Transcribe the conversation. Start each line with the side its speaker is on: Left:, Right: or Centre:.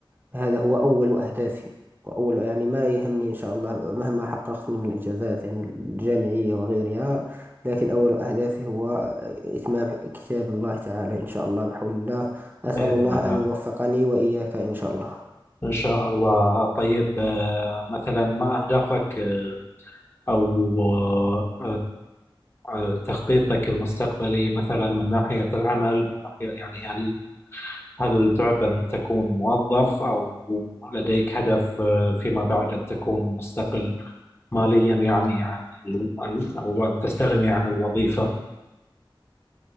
Right: هذا هو أول أهدافي وأول يعني ما يهمني إن شاء الله مهما حققت من الإنجازات يعني الجامعية وغيرها لكن أول أهدافي هو إتمام كتاب الله تعالى إن شاء الله بحول الله
Left: بإذن
Right: أسأل الله
Left: الله
Right: أن يوفقني وإياك إن شاء الله
Left: إن شاء الله طيب آه، مثلا ما أهدافك آه، أو آه، آه، تخطيطك المستقبلي مثلا من ناحية العمل من ناحية يعني هل هل تعب أن تكون موظف أو لديك هدف آه، فيما بعد أن تكون مستقل ماليا يعني عن ال- أن- أو أن تستغني عن الوظيفة؟